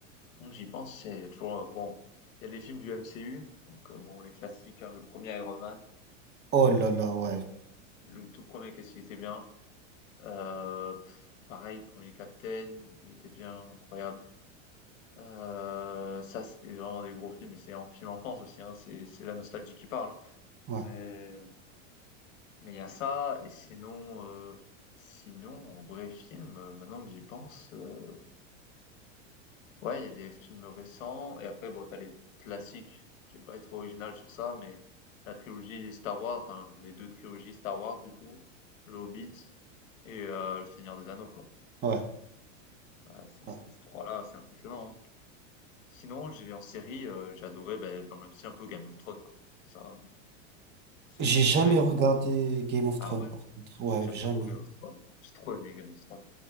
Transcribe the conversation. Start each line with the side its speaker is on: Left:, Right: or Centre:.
Left: donc j'y pense, c'est toujours, euh, bon, il y a les films du MCU, donc, euh, bon, les classiques, hein, le premier Iron Man,
Right: Oh là là, ouais.
Left: le tout premier, qu'est-ce qu'il était bien, euh, pff, pareil, premier Captain, il était bien, incroyable. Heu, ça, c'était vraiment des gros films et c'est un film enfance aussi, hein, c'est c'est la nostalgie qui parle, hein.
Right: Ouais,
Left: Mais mais il y a ça et sinon, heu, sinon en vrai film, heu, maintenant que j'y pense, heu, ouais, il y a les films récents et après bon, tu as les classiques. Je vais pas être original sur ça, mais la trilogie Star Wars, enfin les 2 trilogies Star Wars du coup, Le Hobbit et heu, Le Seigneur des Anneaux quoi.
Right: ouais,
Left: Ah, c'est
Right: ouais.
Left: ces 3 là, c'est impressionnant, hein. Sinon, j'ai en série, heu, j'ai adoré, beh, dans le même style, un peu Game of Thrones, quoi. Ça, série
Right: J'ai
Left: préférée
Right: jamais
Left: pour
Right: regardé
Left: moi.
Right: Game of
Left: Ah
Right: Thrones,
Left: ouais?
Right: par contre. Ouais,
Left: J'aime
Right: jamais.
Left: trop Game of Thrones. J'ai trop aimé Game of Thrones.